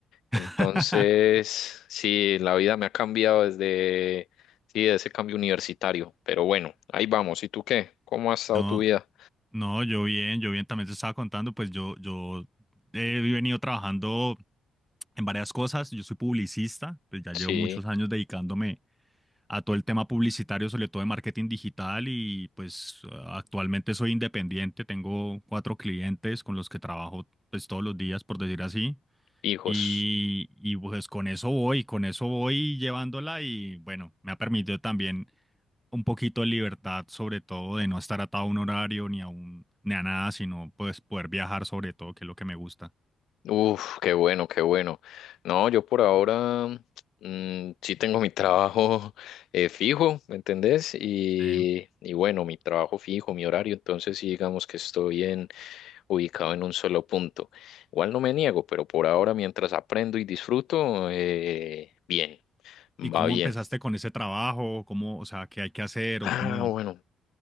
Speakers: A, in the centre; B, on the left.
A: <laughs>
B: Entonces, sí, la vida me ha cambiado desde, sí, de ese cambio universitario, pero bueno, ahí vamos. ¿Y tú qué? ¿Cómo ha estado
A: No,
B: tu vida?
A: no, yo bien, yo bien, también te estaba contando, pues yo, yo he venido trabajando en varias cosas, yo soy publicista, pues ya
B: Sí,
A: llevo muchos años dedicándome a todo el tema publicitario, sobre todo de marketing digital y pues a- actualmente soy independiente, tengo cuatro clientes con los que trabajo pues todos los días, por decir así.
B: hijos.
A: Y, y pues con eso voy, con eso voy llevándola y bueno, me ha permitido también un poquito de libertad, sobre todo de no estar atado a un horario ni a un, ni a nada, sino pues poder viajar sobre todo, que es lo que me gusta.
B: Uf, qué bueno, qué bueno. No, yo por ahora mm, sí tengo mi trabajo <laughs> eh, fijo, ¿me entendés? Y,
A: Sí.
B: y bueno, mi trabajo fijo, mi horario, entonces sí digamos que estoy en, ubicado en un solo punto. Igual no me niego, pero por ahora mientras aprendo y disfruto, eh, bien,
A: ¿Y
B: va
A: cómo
B: bien.
A: empezaste con ese trabajo? ¿Cómo, o sea, qué hay que hacer
B: Ah,
A: o cómo?
B: bueno,